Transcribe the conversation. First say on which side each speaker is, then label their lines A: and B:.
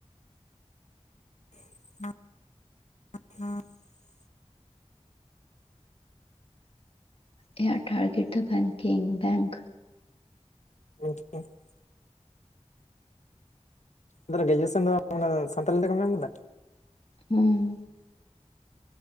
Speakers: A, on the left; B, on the left.
A: <unintelligible>
B: ᱤᱧᱟᱹᱜ ᱴᱟᱨᱜᱮᱴ ᱫᱚ ᱵᱮᱝᱠᱤᱝ ᱵᱮᱝᱠ᱾
A: <unintelligible> ᱢᱟᱱᱮ ᱜᱮᱨᱡᱩᱭᱩᱮᱥᱚᱱ ᱫᱚ ᱥᱟᱱᱛᱟᱞᱤ ᱛᱮᱠᱚᱢ ᱮᱢ ᱞᱮᱫᱟ?
B: ᱦᱩᱸ